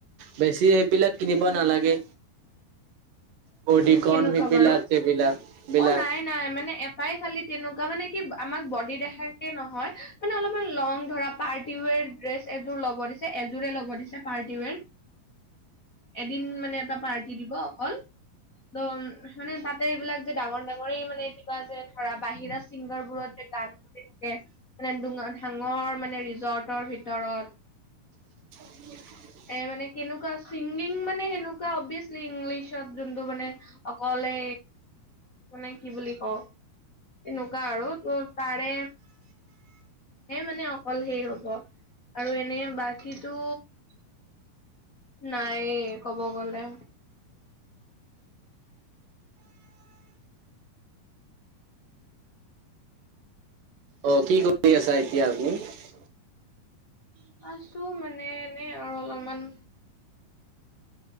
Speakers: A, on the right (about 65°); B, on the left (about 40°).
A: বেছি সেইবিলাক কিনিব নালাগে বডিকন
B: কেনেকুৱা
A: সেইবিলাক
B: বাৰু
A: সেইবিলাক বিলাক
B: অ নাই নাই মানে তাই খালি তেনেকুৱা মানে কি আমাক বডি দেখাকে নহয় মানে অলপমান লং ধৰা পাৰ্টি ৱেৰ ড্ৰেছ এযোৰ ল'ব দিছে এযোৰে ল'ব দিছে পাৰ্টি ৱেৰ এদিন মানে এটা পাৰ্টি দিব অকল ত' মানে তাতে এইবিলাক যে ডাঙৰ ডাঙৰেই মানে কিবা যে ধৰা বাহিৰা চিংগাৰ বোৰত যে গান <unintelligible> মানে ডাঙৰ মানে ৰিজৰ্টৰ ভিতৰত
A: <unintelligible>
B: এ মানে কেনেকুৱা ছিংগিং মানে সেনেকুৱা অভিয়াচলি ইংলিছত যোনটো মানে অকলে মানে কি বুলি কওঁ এনেকুৱা আৰু ত তাৰে হে মানে অকল সেই হব আৰু এনেই বাকীটো নাইয়ে কব গলে
A: অ কি কৰি আছা এতিয়া <unintelligible>
B: আছো মানে এনে আৰু অলপমান